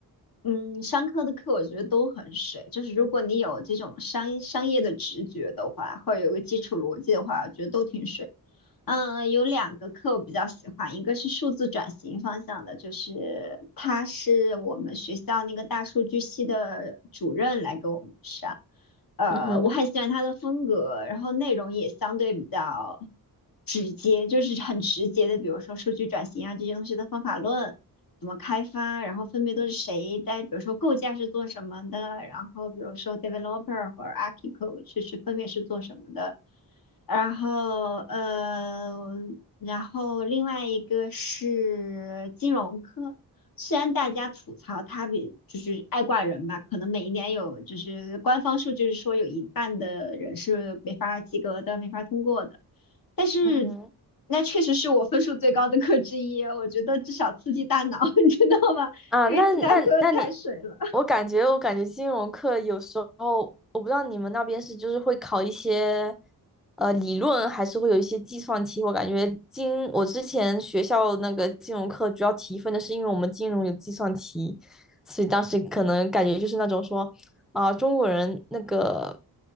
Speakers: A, on the left; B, in the centre.
A: 嗯，商科的课我觉得都很水，就是如果你有这种商商业的直觉的话，或者有个基础逻辑的话，我觉得都挺水。嗯，有两个课我比较喜欢，一个是数字转型方向的，就是他是我们学校那个大数据系的主任来给我们上，呃，
B: 嗯哼，
A: 我很喜欢他的风格，然后内容也相对比较直接，就是很直接的，比如说数据转型啊这些东西的方法论，怎么开发，然后分别都是谁在，比如说构架是做什么的，然后比如说 developer 和 architect 是是分别是做什么的，然后呃，然后另外一个是金融科。虽然大家吐槽他比就是爱挂人吧，可能每一年有就是官方数据是说有一半的人是没法及格的，没法通过的。但是
B: 嗯哼
A: 那确实是我分数最高的课之一，我觉得至少刺激大脑，<laughs> 你知道吗？
B: 啊，
A: 因为其他科太水了
B: 那那那你，我感觉我感觉金融课有时候，我不知道你们那边是就是会考一些，呃，理论还是会有一些计算题。我感觉金，我之前学校那个金融课主要提分的是因为我们金融有计算题，所以当时可能感觉就是那种说，啊、中国人那个